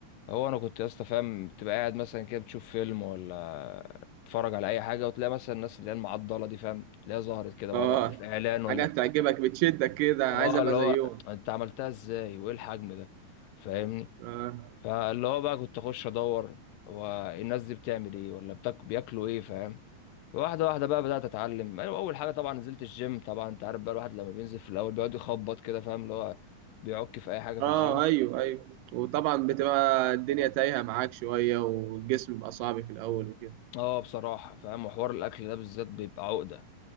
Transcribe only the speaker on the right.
اه
حاجة
تعجبك بتشدك كده عايز
ابقى
زيهم
اه
اه
ايوه ايوه وطبعا بتبقى الدنيا تايهة معاك شوية والجسم بيبقى صعب في الاول وكده